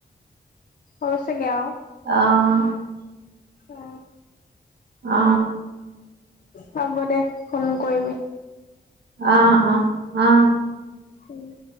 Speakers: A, on the left; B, on the right.
A: হৈছেগে আৰু
B: অঁ,
A: অ,
B: অ,
A: হ'ব দে ফোন কৰিবি।
B: অ অ অ।
A: উম।